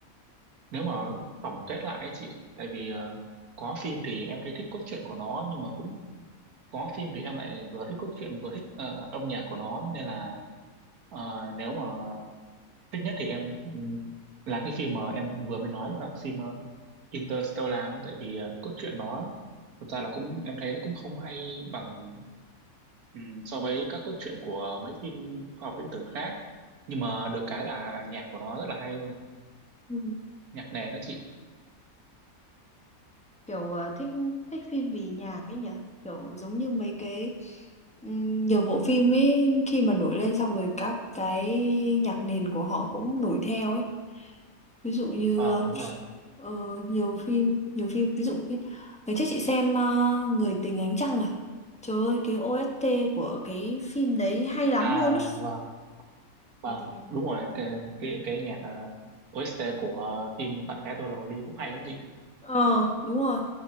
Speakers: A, on the right; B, in the centre.
A: nếu mà tổng kết lại ấy chị tại vì ờ, có phim thì em thấy thích cốt truyện của nó nhưng mà cũng có phim thì em lại vừa thích cốt truyện vừa thích ờ, âm nhạc của nó nên là ờ, nếu mà thích nhất thì em ừm, là cái phim mà em vừa mới nói luôn đó phim ờ, Interstellar đó. tại vì ờ, cốt truyện nó thực ra là cũng em thấy nó cũng không hay bằng Ừ, so với các cốt truyện của mấy phim khoa học viễn tưởng khác nhưng mà được cái là nhạc của nó rất là hay luôn
B: Ừ.
A: nhạc nền đó chị
B: kiểu ờ, thích thích phim vì nhạc ấy nhỉ kiểu giống như mấy cái ừm, nhiều bộ phim ấy khi mà nổi lên xong rồi các cái nhạc nền của họ cũng nổi theo ấy ví dụ như
A: vâng
B: ờ,
A: đúng rồi
B: ờ, nhiều phim nhiều phim ví dụ như ngày trước chị xem ờ, Người tình ánh trăng à trời ơi cái OST của cái phim đấy hay lắm
A: à
B: luôn á
A: vâng vâng
B: Người tình ánh
A: đúng
B: trăng.
A: rồi cái cái, cái nhạc ờ, OST của ờ, phim Bạn gái tôi là hồ ly cũng hay lắm chị
B: ờ đúng rồi